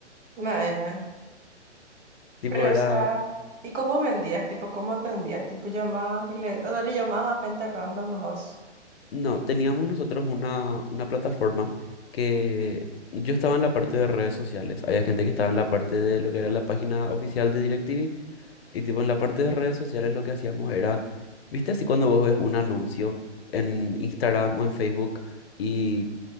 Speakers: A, on the right; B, on the left.
A: Nada,
B: Tipo
A: Pero,
B: era,
A: o sea, ¿y cómo vendías? Tipo, ¿cómo atendías? Tipo, llamabas y le, o sea, le llamabas a gente random nomás.
B: no, teníamos nosotros una, una plataforma que... Yo estaba en la parte de redes sociales. Había gente que estaba en la parte de lo que era la página oficial de DirecTV Y tipo en la parte de redes sociales lo que hacíamos era, viste así cuando vos ves un anuncio en Instagram o en Facebook y